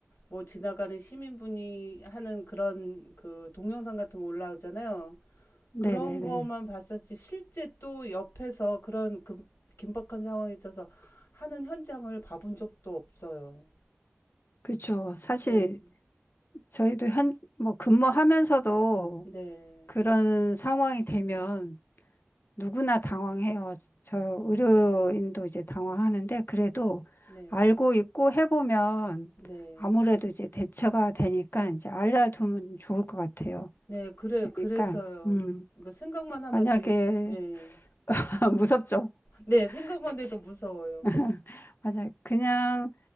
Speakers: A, on the left (about 85°); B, on the left (about 60°).
A: 뭐 지나가는 시민분이 하는 그런 그 동영상 같은 거 올라오잖아요.
B: 네네네.
A: 그런 거만 봤었지 실제 또 옆에서 그런 그 긴박한 상황에 있어서 하는 현장을 봐본 적도 없어요.
B: 그렇죠. 사실
A: 네.
B: 저희도 현, 뭐 근무하면서도
A: 네.
B: 그런 상황이 되면 누구나 당황해요. 저 의료인도 이제 당황하는데 그래도
A: 네.
B: 알고 있고 해보면
A: 네.
B: 아무래도 이제 대처가 되니까 이제 알려두면 좋을 것 같아요.
A: 네. 그래
B: 그러니까
A: 그래서요.
B: 음,
A: 그러니까 생각만 하면
B: 만약에
A: 되게 스- 네.
B: <laughs> 무섭죠.
A: 네, 생각만
B: 그치.
A: 해도 무서워요.
B: <laughs> 맞아요. 그냥